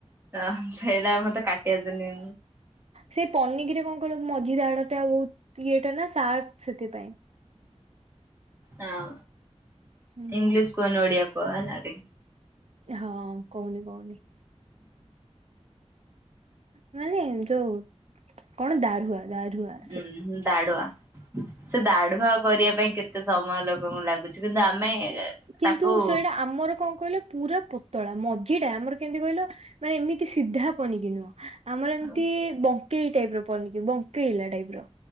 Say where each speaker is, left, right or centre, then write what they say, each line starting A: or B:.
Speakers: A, on the right; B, on the right.
A: ଅ- ସେଇଟା ମତେ କାଟି ଆସେନି।
B: ସେଇ ପନିକିରେ କଣ କହିଲ ମଝି ଦାଢ ଟା ବହୁତ୍ ଇଏଟା ନା ସାର୍ଫ ସେଥିପାଇଁ।
A: ହଁ
B: ହୁଁ
A: ଇଂଲିଶ କୁହନି ଓଡ଼ିଆ କୁହ ହେଲା।
B: ହଁ କହୁନି- କହୁନି। ମାନେ ଯଉ କଣ ଦାରୁହା-ଦାରୁହା।
A: ଉଁ- ହୁଁ- ଦାଢୁଆ ସେ ଦାଢୁଆ କରିବା ପାଇଁ କେତ୍ ଏତେ ସମୟ ଲୋକଙ୍କୁ ଲାଗୁଚି କିନ୍ତୁ ଆମେ
B: କିନ୍ତୁ
A: ତାକୁ
B: ସେଇଟା ଆମର କଣ କହିଲ ପୁରା ପତଳା ମଝିଟା ଆମର କେମିତି କହିଲ ନାଇଁ ଏମିତି ସିଧା ପନିକି ନୁହଁ ଆମର ଏମିତି
A: ହଁ
B: ବଙ୍କେଇ ଟାଇପ୍ ର ପନିକି ବଙ୍କ୍ ଙ୍କେଇଲା ଟାଇପ୍ ର।